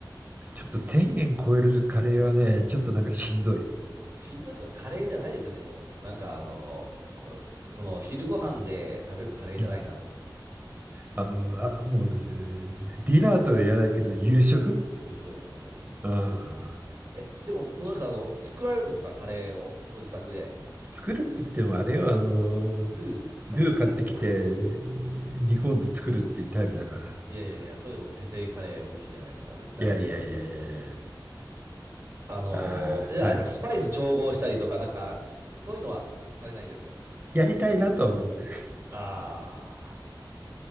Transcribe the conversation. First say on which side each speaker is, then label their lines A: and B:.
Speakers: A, on the right (about 25°); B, on the right (about 45°).
A: ちょっと1000円超えるカレーはね、ちょっとなんかしんどい。
B: しんどいというか、カレーじゃないですよね、もう。なんか、あのーその、昼ご飯で食べるカレーじゃないな、
A: うん。
B: と
A: あの、あ、もう、えーディナーとは言わないけど、夕食
B: いう食ですね、本当に。
A: うんあ、
B: え、でも、戻りますか、あの、作られるんですか、カレーを、ご自宅で。
A: 作るって言ってもあれよ、あの、
B: ルー買ってきて、
A: ルー買ってきて、
B: あ、
A: 煮込んで作るっていうタイプだから。
B: いやいやいや、それでも手製カレー美味しいじゃないですか、絶対に。
A: いやいやいやいやいや。
B: あのー、
A: ああ、
B: じゃあ、
A: はい。
B: あれか、スパイス調合したりとか、なんか、そういうのはされないですか
A: やりたいなとは思ってる。
B: ああー、